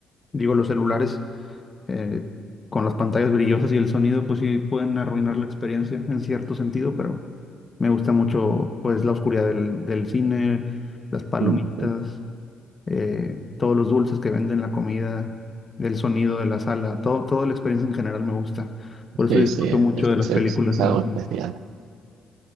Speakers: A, on the left; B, on the right.
A: Digo, los celulares eh, con las pantallas brillosas y el sonido, pues sí pueden arruinar la experiencia en cierto sentido, pero me gusta mucho pues la oscuridad del, del cine, las palomitas,
B: Mm,
A: eh, todos los dulces que venden, la comida, el sonido de la sala, todo, toda la experiencia en general me gusta. Por eso
B: Sí,
A: disfruto
B: sí,
A: mucho
B: es,
A: de las
B: es-
A: películas
B: es- es
A: en
B: algo
A: el cine.
B: especial.